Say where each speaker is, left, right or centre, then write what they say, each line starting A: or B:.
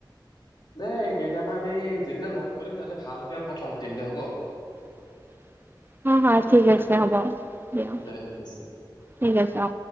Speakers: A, on the left; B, on the right.
A: দে কেইতিয়াবা আমি যিদিনা লগ কৰিম তাতে ভালকে আৰু কথা পাতিম দে হ'ব?
B: <inaudible> অ, হয় ঠিক আছে হ'ব দিয়া
A: উম, দে ঠিক আছে।
B: ঠিক আছে অ।